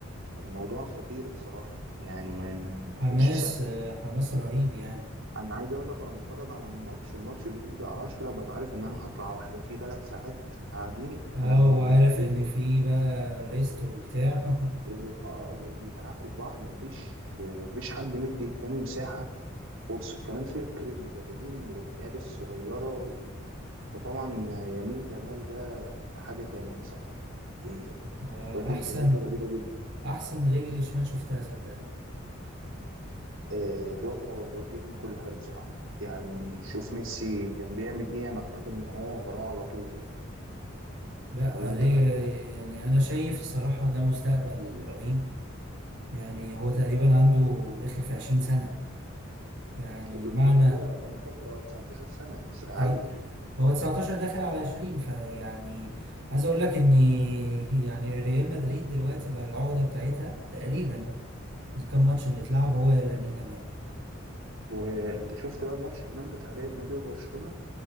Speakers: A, on the right; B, on the right.
A: الموضوع خطير بصراحة يعني ما, ما
B: حماس
A: كانش سهل
B: آه، حماس رهيب يعني
A: أنا عايز أقول لك أنا بتفرج على الماتش الماتش بيبدأ 10 ببقى عارف إن أنا هطلع واحدة في ثلاث ساعات قاعدين
B: اه
A: أنا مركز
B: وعارف ان في بقى ريست وبتاع <laughs>
A: و- آه وبيدعكوا في بعض مفيش مفيش حد مدي التاني مساحة فرصة كمان فكر المدربين والعيال الصغيرة وطبعا يمين جمال ده ده حاجة تانية بصراحة يعني
B: اه
A: الواد
B: احسن
A: إمكانياته رهيبة جدا
B: احسن رجل شمال شفتها صدقني
A: آه، الواد اه الواد بيعمل كل حاجة بصراحة يعني شوف ميسي كان بيعمل ايه أنا أعتقد إن هو وراه على طول يعني
B: لا
A: ولا أنت
B: ري-
A: رأيك؟ إيه؟
B: يعني انا شايف الصراحة ده مستقبل رهيب يعني هو تقريبا عنده داخل في عشرين سنة يعني
A: الواد
B: معنى
A: صغير اه 18 أو 19 سنة عيل
B: تسعة- هو 19 داخل على 20 فيعني عايز اقول لك ان يعني ريال مدريد دلوقتي بقى العقدة بتاعتها تقريبا الكام ماتش اللي اتلعب هو لامين يامال
A: وأنت شفت بقى الماتش كمان بتاع ريال مدريد وبرشلونة